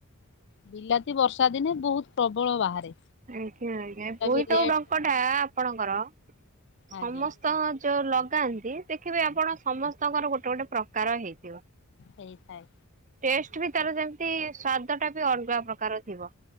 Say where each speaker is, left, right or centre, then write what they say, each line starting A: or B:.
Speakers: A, on the left; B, on the right.
A: ବିଲାତି ବର୍ଷା ଦିନେ ବହୁତ ପ୍ରବଳ ବାହାରେ।
B: ଆଜ୍ଞା! ଆଜ୍ଞା!
A: ସେଟା
B: ଏ ବୋଇତାଳୁ
A: ବି ରେଟ୍
B: ଡଙ୍କ ଟା ଆପଣଙ୍କର ସମସ୍
A: ଆଜ୍ଞା
B: ସ୍ତଙ୍କ ଯୋଉ ଲଗାନ୍ତି ଦେଖିବେ ଆପଣ ସମସ୍ତଙ୍କର ଗୋଟେ ଗୋଟେ ପ୍ରକାର ହେଇଥିବ।
A: ହେଇଥାଏ।
B: ଟେଷ୍ଟ ବି ତାର ଯେମିତି ସ୍ଵାଦ ଟା ବି ଅଲଗା ପ୍ରକାର ଥିବ